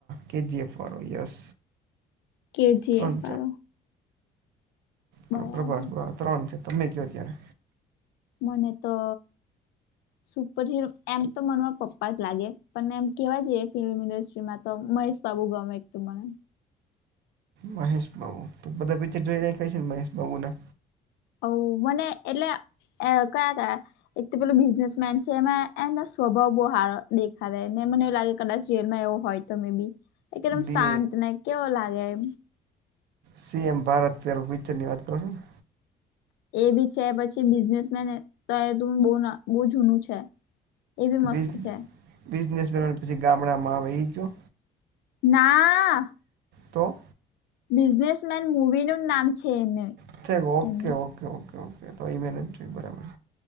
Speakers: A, on the right; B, on the left.
A: કેજીએફ વાળો યસ.
B: કેજીએફ
A: ત્રણ
B: વાળો બરાબર
A: ચાર પ્રભાસ બા ત્રણ છે તમે કયો ત્યારે.
B: મને તો સુપર હીરો એમ તો મનમાં પપ્પા જ લાગે પણ એમ કેવા જઈ ફિલ્મ ઇન્ડસ્ટ્રીમાં. તો મહેશ બાબુ ગમે એક તું મને
A: મહેશબાબુ તો બધા પિક્ચર જોઈ રાયખા હશે ન મહેશબાબુના?
B: અવ મને એટલે એ કયા-કયા? એક તો પેલું બિઝનેસમેન છે એમાં એમનો સ્વભાવ બહુ હારો દેખાવે ને મને એવું લાગે કદાચ જેલમાં એવું હોય. તો મે બી એકદમ
A: બે
B: શાંતને કેવો લાગે એમ?
A: સી એમ ભારત <unintelligible> પિચ્ચરની વાત કરો હો ને?
B: એ બી છે પછી બિઝનેસમેન તો તું ના બ બઉ જૂનું છે. એ બી મસ્ત
A: બિઝ
B: છે
A: બિઝનેસમેનને પછી ગામડામાં આવે ઈ કયો?
B: ના.
A: તો?
B: બિઝનેસમેન મૂવીનું જ નામ છે એને.
A: અચ્છા ઓકે
B: એનું
A: ઓકે ઓકે ઓકે તો ઈ મે નથ જોઈ બરાબર હે.